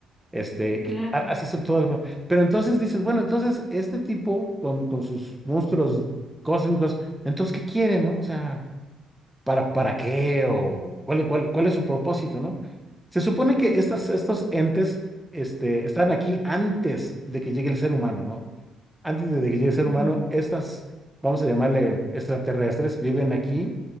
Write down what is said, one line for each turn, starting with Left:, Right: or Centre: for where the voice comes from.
Centre: Este,
Left: claro.
Centre: a- así son todas las... Pero entonces dices, bueno, entonces este tipo con, con sus monstruos cósmicos, entonces, ¿qué quiere, no? O sea, ¿para, para qué? ¿O cuál, es- cuál, cuál es su propósito, no? Se supone que
Left: Ujú.
Centre: estas, estos entes, este, están aquí antes de que llegue el ser humano, ¿no? Antes de que llegue el ser
Left: Mm,
Centre: humano, estas, vamos a llamarle extraterrestres, viven aquí